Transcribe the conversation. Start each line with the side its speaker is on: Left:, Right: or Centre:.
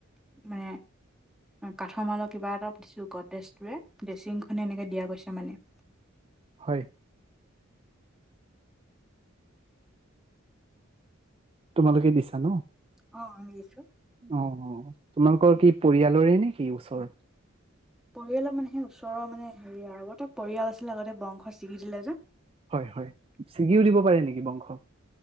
Centre: মানে কাঠমালৰ কিবা এটা দিছো গড্ৰেজটোৱে ডেচিং মানে এনেকে দিয়া গৈছে মানে
Right: হয় তোমালোকে দিছা ন
Centre: অ দিছো
Right: অ অ তোমালোকৰ কি পৰিয়ালৰে নে কি ওচৰ
Centre: পৰিয়ালৰ মানে সেই ওচৰৰ মানে হেৰি আৰু গোটেই পৰিয়াল আছিলে আগতে বংশ ছিগি দিলে যে
Right: হয় হয় ছিগিও দিব পাৰে নেকি বংশ